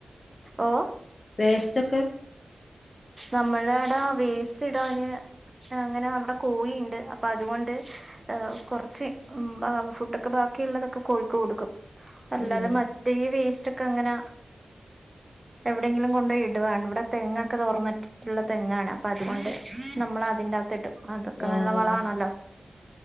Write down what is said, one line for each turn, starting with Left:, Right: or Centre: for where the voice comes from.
Right: ഓഹ്..
Left: വേസ്റ്റ് ക്കെ
Right: നമ്മളേടെ വേസ്റ്റ് ടാന് അങ്ങനെ നമ്മടെ കോഴിയിണ്ട്, അപ്പൊ അതുകൊണ്ട് ആ കൊറച്ച്, ഉം ആ ഫുഡൊക്കെ ബാക്കിയുള്ളതൊക്കെ കോഴിക്ക് കൊടുക്കും. അല്ലാതെ
Left: ഉം
Right: മ തേ വേസ്റ്റൊക്കെ അങ്ങന എവിടെങ്കിലും കൊണ്ടോയി ഇടുവാണ്. ഇവിടെ തെങ്ങൊക്കെ തുറന്നിട്ടിട്ടുള്ള തെങ്ങാണ്. അപ്പ, അതുകൊണ്ട് നമ്മൾ അതിന്റെ, അത്തെ. ത്തിടും, അതൊക്കെ
Left: ആഹ്
Right: നല്ല മണമാണല്ലോ?